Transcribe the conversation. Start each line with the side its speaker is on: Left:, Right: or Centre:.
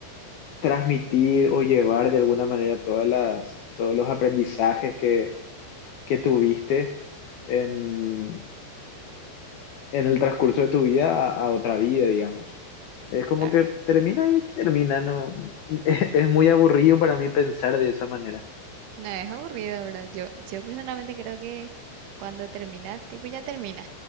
Left: transmitir o llevar de alguna manera todas las, todos los aprendizajes que, que tuviste en, en el transcurso de tu vida a, a otra vida, digamos. Es como
Right: Claro.
Left: que termina y termina, no, <laughs> es, es muy aburrido para mí pensar de esa manera.
Right: No, es aburrido, ¿verdad? Yo, yo personalmente creo que cuando termina, tipo ya termina.